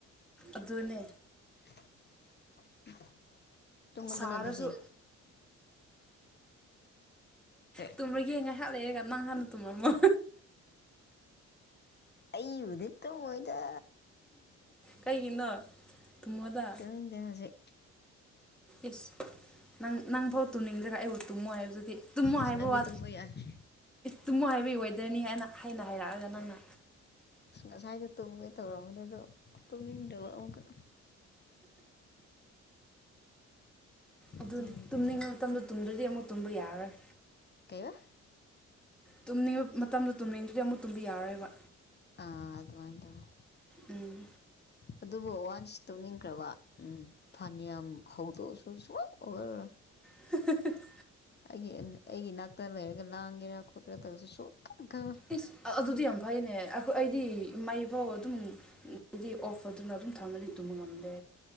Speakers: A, in the centre; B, on the left.
A: ꯑꯗꯨꯅꯦ
B: <unintelligible>
A: ꯁꯥꯔꯁꯨ
B: ꯑꯗꯨꯗꯤ ꯑꯦ
A: ꯇꯨꯝꯃꯒꯦ ꯉꯥꯏꯍꯥꯛ ꯂꯩꯔꯒ ꯅꯪ ꯍꯥꯟꯅ ꯇꯨꯝꯔꯝꯃꯣ
B: ꯑꯩꯕꯨꯗꯤ ꯇꯨꯝꯃꯣꯏꯗ
A: ꯀꯩꯒꯤꯅꯣ ꯊꯨꯝꯃꯣꯗ
B: <unintelligible>
A: ꯏꯁ ꯅꯪ ꯅꯪꯐꯥꯎ ꯇꯨꯝꯅꯤꯡꯗ꯭ꯔꯒ ꯑꯩꯕꯨ ꯇꯨꯝꯃꯣ ꯍꯥꯏꯕꯗꯨꯗꯤ ꯇꯨꯝꯃꯣ
B: ꯌꯦꯁ
A: ꯍꯥꯏꯕ
B: ꯅꯪꯗꯤ
A: ꯋꯥ
B: ꯇꯨꯝꯕ ꯌꯥꯏ
A: ꯇꯨꯝꯃꯣ ꯍꯥꯏꯕꯒꯤ ꯋꯦꯗꯔꯅꯤ ꯍꯥꯏꯅ ꯍꯥꯏꯅ ꯍꯥꯏꯔꯛꯑꯒ ꯅꯪꯅ
B: ꯑꯁ ꯉꯁꯥꯏꯗꯣ ꯇꯨꯝꯒꯦ ꯇꯧꯔꯝꯕꯅꯦ ꯑꯗꯣ ꯇꯨꯝꯅꯤꯡꯗꯕ ꯑꯃꯨꯛꯀ
A: ꯑꯗꯨꯅꯤ
B: ꯑꯗꯨꯏꯅꯤꯗ
A: ꯇꯨꯝꯅꯤꯡꯕ ꯃꯇꯝꯗ ꯇꯨꯝꯗ꯭ꯔꯗꯤ ꯑꯃꯨꯛ ꯇꯨꯝꯕ ꯌꯥꯔꯣꯏ
B: ꯀꯩꯕ
A: ꯇꯨꯝꯅꯤꯡꯕꯥ ꯃꯇꯝꯗꯣ ꯇꯨꯝꯅꯤꯡꯗꯔꯥꯗꯤ ꯑꯃꯨꯛ ꯇꯨꯝꯕꯥ ꯌꯥꯔꯣꯏꯕ
B: ꯑꯥ ꯑꯗꯨꯃꯥꯏ ꯇꯧꯋꯦ
A: ꯎꯝ
B: ꯑꯗꯨꯕꯨ ꯋꯥꯟꯁ ꯇꯨꯝꯅꯤꯡꯈ꯭ꯔꯕ ꯎꯝ ꯐꯥꯅꯤꯌꯥꯝꯝ ꯍꯩꯗꯣꯛꯑꯁꯨ ꯁꯨꯛꯑꯣꯏ ꯑꯣꯏꯔꯔꯣꯏ
A: <unintelligible>
B: ꯑꯩꯒꯤ ꯑꯩꯒꯤ ꯏꯅꯥꯛꯇ ꯂꯩꯔꯒ ꯂꯥꯡꯒꯦꯔꯥ ꯈꯣꯠꯀꯦꯔꯥ ꯇꯧꯔꯁꯨ ꯁꯨꯀꯇꯨꯝ ꯇꯨꯝꯃꯣꯏ
A: ꯏꯁ ꯑꯗꯨꯗꯤ ꯌꯥꯝ ꯐꯩꯅꯦ ꯑꯩꯈꯣꯏ ꯑꯩꯗꯤ ꯃꯩꯐꯥꯎ ꯑꯗꯨꯝ ꯑꯗꯨꯗꯤ ꯑꯣꯐꯔꯗꯨꯅ ꯑꯗꯨꯝ ꯊꯝꯃꯗꯤ ꯇꯨꯝꯕ ꯉꯝꯗꯦ